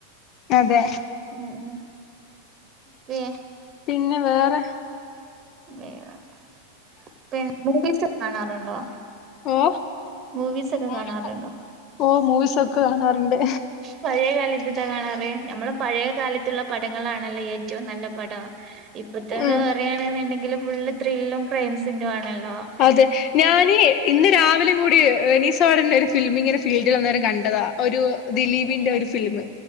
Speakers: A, on the left; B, on the right.
A: അതെ.
B: ഉം ഉം. പി
A: പിന്നെ വേറെ
B: വേറെ, <unintelligible> കാണാറുണ്ടോ?
A: ഓ..?
B: മൂവീസ് ഒക്കെ
A: മൂവിസൊക്കെ.,
B: കാണാറുണ്ടോ
A: ഓ മൂവീസൊക്കെ കാണാറ്ണ്ട്.
B: പഴേ കാലത്ത്താ കാണാർ? നമ്മള് പഴേ കാലത്ത്ള്ള പടങ്ങളാണല്ലോ ഏറ്റവും നല്ല പടം. ഇപ്പത്തെന്ന്
A: ഉം
B: പറയാണ്ന്ന്ണ്ടെങ്കില് ഫുള്ള് ത്രില്ലും ക്രൈംസിന്റോ ആണല്ലോ. !
A: അതെ, ഞാനേ... ഇന്ന് രാവിലിം കൂടി യെനിസോടന്റെ ഒരു ഫിലിമിങ്ങനെ, ഫീൽഡിൽ വന്നേരം കണ്ടതാ.. ഒരു, ദിലീപിന്റെ ഒരു ഫിലിമ്.